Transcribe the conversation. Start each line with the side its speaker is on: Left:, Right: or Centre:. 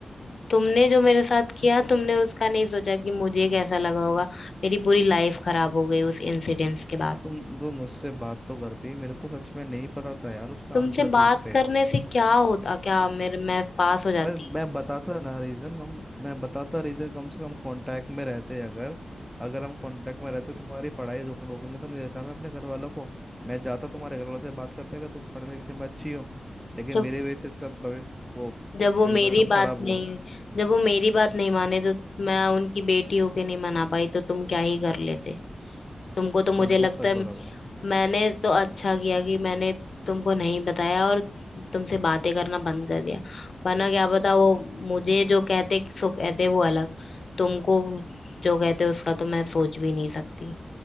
Left: तुमने जो मेरे साथ किया तुमने उसका नहीं सोचा कि मुझे कैसा लगा होगा मेरी पूरी लाइफ खराब हो गई उस इंसिडेंस के बाद
Centre: तुम वो मुझसे बात तो करती मेरे को सच में नहीं पता था यार उसका
Left: तुमसे
Centre: आंसर
Left: बात
Centre: ठीक से
Left: करने से क्या होता क्या मेरे मैं पास हो जाती
Centre: मैं मैं बताता ना रीजन हम मैं बताता रीजन कम से कम कांटेक्ट में रहते अगर अगर हम कांटेक्ट में रहते तुम्हारी पढ़ाई रोक रोकने तो नहीं देता मैं अपने घर वालों को मैं जाता तुम्हारे घर वालों से बात करते कि तुम पढ़ने लिखने में अच्छी हो लेकिन
Left: जब
Centre: मेरे वजह से इसका भवि- वो
Left: जब वो
Centre: एग्जाम
Left: मेरी
Centre: खराब
Left: बात नहीं
Centre: हुआ
Left: जब वो मेरी बात नहीं माने तो मैं उनकी बेटी होके नहीं मना पाई तो तुम क्या ही कर लेते तुमको तो मुझे
Centre: मैं उनको
Left: लगता
Centre: सच
Left: है
Centre: बताता हूँ
Left: मैंने तो अच्छा किया कि मैंने तुमको नहीं बताया और तुमसे बातें करना बंद कर दिया वरना क्या पता वो मुझे जो कहते सो कहते वो अलग तुमको जो कहते उसका तो मैं सोच भी नहीं सकती